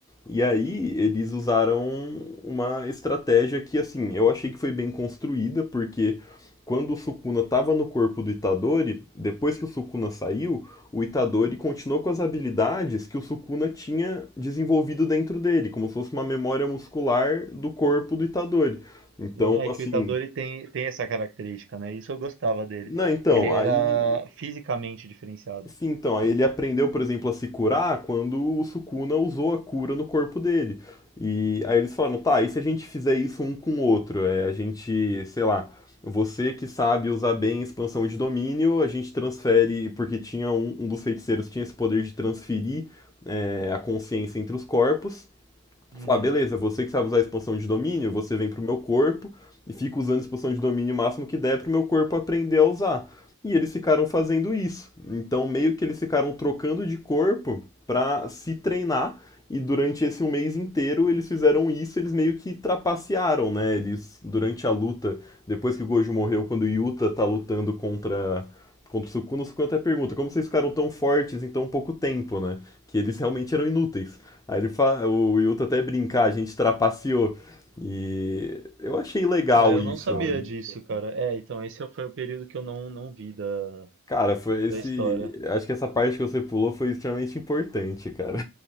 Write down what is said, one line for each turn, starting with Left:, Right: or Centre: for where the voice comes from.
Left: E aí eles usaram uma estratégia que, assim, eu achei que foi bem construída, porque quando o Sukuna estava no corpo do Itadori, depois que o Sukuna saiu, o Itadori continuou com as habilidades que o Sukuna tinha desenvolvido dentro dele, como se fosse uma memória muscular do corpo do Itadori. Então,
Right: Sim, é
Left: assim,
Right: que o Itadori tem, tem essa característica, né? Isso eu gostava dele.
Left: não, então,
Right: Ele era
Left: aí
Right: fisicamente diferenciado.
Left: Sim, então, aí ele aprendeu, por exemplo, a se curar quando o Sukuna usou a cura no corpo dele. E aí eles falaram, tá, e se a gente fizer isso um com o outro? É, a gente, sei lá, você que sabe usar bem a expansão de domínio, a gente transfere, porque tinha um, um dos feiticeiros tinha esse poder de transferir é, a consciência entre os corpos
Right: Uhum.
Left: falar, beleza, você que sabe usar a expansão de domínio, você vem pro meu corpo e fica usando a expansão de domínio o máximo que der pro meu corpo aprender a usar. E eles ficaram fazendo isso. Então, meio que eles ficaram trocando de corpo pra se treinar. E durante esse um mês inteiro eles fizeram isso, eles meio que trapacearam, né? Eles, durante a luta, depois que o Gojo morreu, quando o Yuta tá lutando contra contra o Sukuna, o Sukuna até pergunta, como vocês ficaram tão fortes em tão pouco tempo, né? Que eles realmente eram inúteis. Aí ele fala, o Yuta até brincar, a gente trapaceou. E eu achei legal
Right: Ah, eu
Left: isso,
Right: não sabia
Left: né?
Right: disso, cara. É, então esse foi o período que eu não, não vi da,
Left: Cara, foi
Right: da
Left: esse.
Right: história.
Left: Acho que essa parte que você pulou foi extremamente importante, cara.